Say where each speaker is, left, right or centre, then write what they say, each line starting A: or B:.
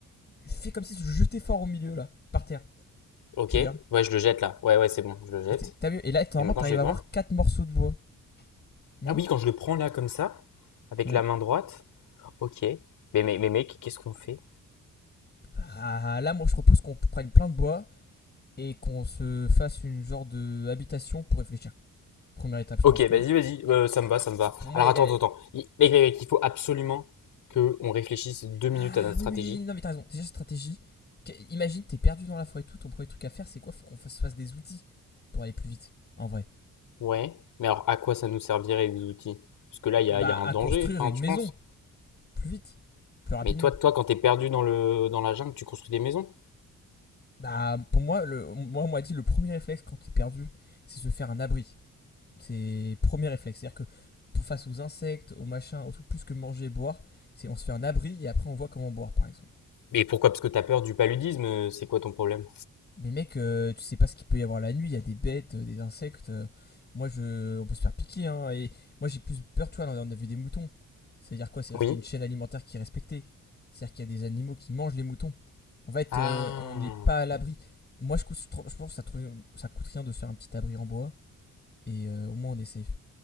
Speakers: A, on the left; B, on the left.
A: fais comme si tu jetais fort au milieu là, par terre.
B: Ok,
A: Tu verras.
B: ouais, je le jette là. Ouais, ouais, c'est bon, je le jette.
A: Et, c'est- vu Et là, normalement,
B: Et maintenant,
A: t'arrives
B: je fais
A: à
B: quoi?
A: avoir 4 morceaux de bois. Non
B: Ah oui, quand je le prends là, comme ça, avec
A: Ouais,
B: la main droite. Ok, mais, mais, mais mec, qu'est-ce qu'on fait?
A: Bah, là, moi, je propose qu'on prenne plein de bois et qu'on se fasse une genre de habitation pour réfléchir. Première étape, je
B: Ok,
A: pense
B: vas-y,
A: que.
B: vas-y, euh, ça me va, ça me va.
A: Pour moi,
B: Alors
A: il
B: attends,
A: y a.
B: attends, attends. Il- Mec, mec, mec, il faut absolument que on réfléchisse deux minutes
A: Ah
B: à notre
A: oui,
B: stratégie.
A: oui, oui, non, mais t'as raison. Déjà, stratégie. Imagine, t'es perdu dans la forêt et tout. Ton premier truc à faire, c'est quoi Faut qu'on fasse, fasse des outils pour aller plus vite, en vrai.
B: Ouais, mais alors à quoi ça nous servirait les outils? Parce que là, il y
A: Bah,
B: a, il y a un
A: à
B: danger,
A: construire
B: enfin,
A: une
B: tu
A: maison,
B: penses?
A: plus vite, plus rapidement.
B: Mais toi, toi, quand t'es perdu dans le, dans la jungle, tu construis des maisons?
A: Bah, pour moi, le, moi, on m'a dit, le premier réflexe quand t'es perdu, c'est se faire un abri. C'est premier réflexe. C'est-à-dire que face aux insectes, aux machins, aux trucs plus que manger et boire, c'est on se fait un abri et après on voit comment boire, par exemple.
B: Mais pourquoi? Parce que t'as peur du paludisme, euh, c'est quoi ton problème?
A: Mais mec, euh, tu sais pas ce qu'il peut y avoir la nuit. Il y a des bêtes, euh, des insectes. euh, moi, je, on peut se faire piquer. Hein, et moi, j'ai plus peur, tu vois. là, On a vu des moutons. Ça veut dire quoi C'est-à-dire
B: Oui.
A: qu'il y a une chaîne alimentaire qui est respectée. C'est-à-dire qu'il y a des animaux qui mangent les moutons. En fait,
B: Ah,
A: euh, on n'est pas à l'abri. Moi, je, cou- je pense que ça, ça coûte rien de se faire un petit abri en bois. Et euh, au moins, on est safe.